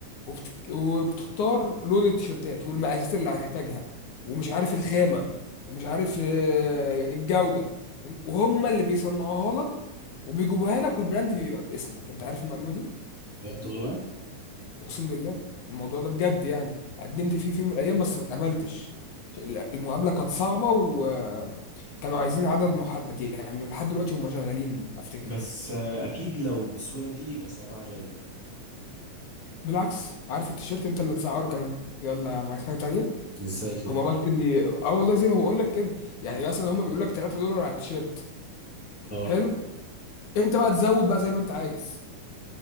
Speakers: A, on the left (about 75°); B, in the centre.
A: وبت... وبتختار لون التيشيرتات والمقاسات اللي هتحتاجها ومش عارف الخامة ومش عارف آه، الجودة وهم اللي بيصنعوها لك وبيجيبوها لك والبراند بيبقى باسمك انت عارف المعلومة دي؟
B: بجد والله
A: اقسم بالله الموضوع ده بجد يعني قدمت فيه في يوم من الايام بس ما اتقبلتش لا، المقابله كانت صعبه وكانوا عايزين عدد محدد يعني لحد دلوقتي هم شغالين افتكر
B: بس آه، أكيد لو بالسهولة دي يبقى سعرها غالي
A: بالعكس عارف التيشيرت انت اللي بتسعره كمان يلا يا عم عايز حاجه تانية
B: ازاي كده؟
A: هما بس بي... اه والله زي ما بقول لك كده يعني مثلا هما بيقول لك 3 دولار على التيشيرت
B: اه
A: حلو انت بقى تزود بقى زي ما انت عايز